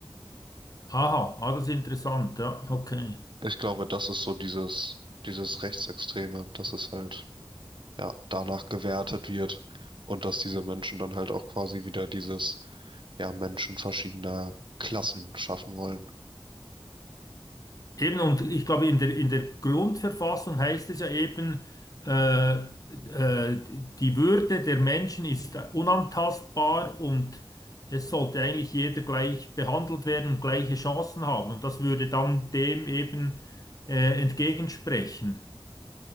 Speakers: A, on the left; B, on the right.
A: Aha, ah, das ist interessant. Ja, okay.
B: Ich glaube, das ist so dieses, dieses Rechtsextreme, dass es halt, ja, danach gewertet wird und dass diese Menschen dann halt auch quasi wieder dieses, ja, Menschen verschiedener Klassen schaffen wollen.
A: Eben, und ich glaube, in der, in der Grundverfassung heißt es ja eben, äh, äh, die Würde der Menschen ist unantastbar und es sollte eigentlich jeder gleich behandelt werden und gleiche Chancen haben. Und das würde dann dem eben äh, entgegensprechen.